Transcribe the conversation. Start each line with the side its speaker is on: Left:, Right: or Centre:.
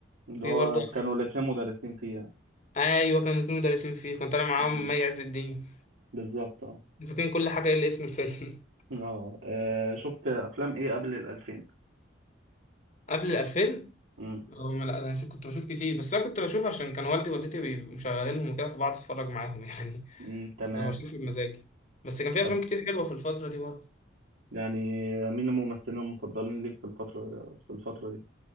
Right: ده
Left: في
Right: هو
Left: برضه
Right: كانوا الاتنين مدرسين فيه يعني.
Left: آه، ايوه كان الاتنين مدرسين فيه كان طالع معاهم
Right: مم.
Left: مي عز الدين
Right: بالظبط اه
Left: فاكرين كل حاجة إلا اسم الفيلم
Right: اه آه، شفت افلام ايه قبل الالفين
Left: <laughs> قبل الألفين
Right: مم.
Left: هم لا أنا كنت بشوف كتير بس أنا كنت بشوف عشان كان والدي ووالدتي بيبقوا مشغلينهم وكده فبقعد أتفرج معاهم يعني
Right: مم.
Left: <laughs>
Right: تمام
Left: كنت بشوف بمزاجي بس كان في
Right: طب
Left: أفلام كتير حلوة في الفترة دي برضه
Right: يعني مين الممثلين المفضلين ليك في الفترة في الفترة دي